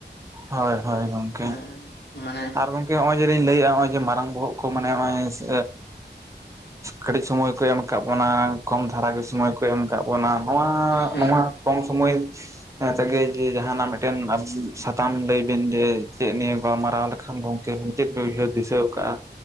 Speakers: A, on the right (about 15°); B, on the left (about 65°).
A: ᱦᱳᱭ ᱦᱳᱭ ᱜᱚᱝᱠᱮ
B: ᱦᱮᱸ ᱢᱟᱱᱮ
A: ᱟᱨ ᱜᱚᱝ ᱠᱮ ᱦᱚᱜᱼᱚᱭ ᱡᱮ ᱞᱤᱧ ᱞᱟᱹᱮᱜᱼᱟ ᱦᱚᱜᱼᱚᱭ ᱡᱮ ᱢᱟᱨᱟᱝ ᱵᱚᱦᱚᱜ ᱠᱚ ᱢᱟᱱᱮ ᱦᱚᱜᱼᱚᱭ <inaudible> ᱠᱟᱹᱴᱤᱡ ᱥᱚᱢᱚᱭ ᱠᱚ ᱮᱢ ᱟᱠᱟᱜ ᱵᱚᱱᱟ ᱠᱚᱢ ᱫᱷᱟᱨᱟ ᱜᱮ ᱥᱚᱢᱚᱭ ᱠᱚ ᱮᱢ ᱟᱠᱟᱫ ᱵᱚᱱᱟ ᱱᱚᱣᱟ
B: ᱦᱮᱸ
A: ᱱᱚᱣᱟ ᱠᱚᱢ ᱥᱚᱢᱚᱭ ᱛᱮᱜᱮ ᱡᱮ ᱡᱟᱦᱟᱱᱟᱜ ᱢᱤᱫᱴᱮᱱ <unintelligible> ᱛᱟᱢ ᱞᱟᱹᱭ ᱵᱤᱱ ᱡᱮ ᱪᱮᱫ ᱱᱤᱭᱟᱹ ᱜᱟᱞᱢᱟᱨᱟᱣ ᱞᱮᱠᱷᱟᱱ ᱜᱚᱝᱠᱮ ᱪᱮᱫ ᱵᱤᱱ ᱩᱭᱦᱟᱹᱨ ᱫᱤᱥᱟᱹ ᱟᱠᱟᱜᱼᱟ?